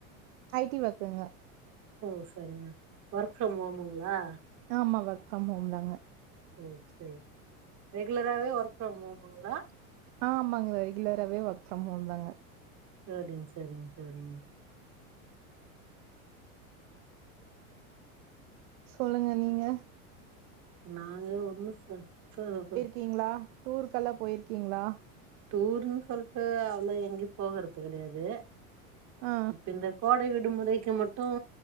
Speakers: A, on the right (about 60°); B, on the right (about 40°).
A: ஐ டி வர்க்குங்க
B: ஓ சரிங்க ஒர்க் ஃப்ரம் ஹோமுங்களா
A: ஆமா ஒர்க் ஃப்ரம் ஹோம் தாங்க
B: ஓ செரி ரெகுலராவே ஒர்க் ஃப்ரம் ஹோமுங்களா
A: ஆமாங்க ரெகுலராவே ஒர்க் ஃப்ரம் ஹோம் தாங்க
B: சரிங் சரிங் சரிங்க
A: சொல்லுங்க நீங்க
B: நாங்க ஒன்னு சத்தருது
A: கீங்களா டூர்க்கெல்லா போய்ற்கீங்களா
B: டூர்ன் சொல்ட்டு அவ்ளோ எங்யு போகறது கெடையாது
A: ஆ
B: இப்ப இந்த கோடை விடுமுறைக்கு மட்டும்